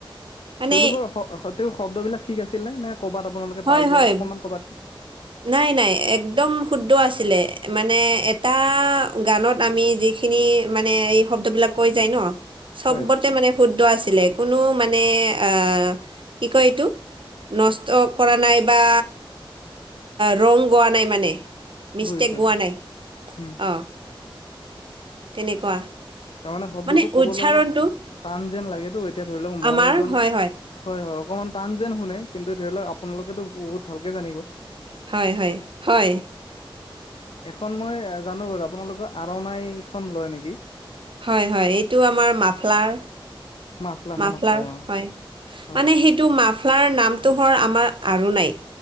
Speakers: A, on the right; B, on the left.
A: মানে
B: তেওঁলোকৰ শ তেওঁৰ শব্দ বিলাক ঠিক আছিল নে? নে ক'বাত আপোনালোকে
A: হয়
B: পাই
A: হয়
B: যে অকণমান কবাত
A: নাই নাই একদম শুদ্ধ আছিলে মানে এটা গানত আমি যি খিনি মানে এই শব্দ বিলাক কৈ যায় ন চব্বতে
B: হয়
A: মানে শুদ্ধ আছিলে কোনো মানে আ কি কয় এইটো। নষ্ট কৰা নাই বা ৰং গোৱা নাই মানে মিষ্টেক
B: বুজিছো
A: গোৱা নাই
B: উম
A: অ'। তেনেকুৱা।
B: তাৰমানে শব্দটো
A: মানে
B: কবলৈ
A: উচ্চাৰণটো
B: অলপ টান যেন লাগেতো এতিয়া ধৰি লওক মই
A: আমাৰ
B: এজন
A: হয়
B: হয় হয়, অকমান টান যেন শুনে কিন্তু ধৰি লওক আপোনালোকেতো বহুত ভালকে জানিব।
A: হয় হয়, হয়।
B: এখন মই জানো বাৰু আপোনালোকৰ আৰনাইখন লয় নেকি।
A: হয় হয় এইটো আমাৰ মাফলাৰ
B: মাফলাখনক
A: মাফলাৰ
B: কয়
A: হয়
B: অ হয়
A: মানে সে <unintelligible> ইটো মাফলাৰ নামটো হয় আমাৰ আৰনাই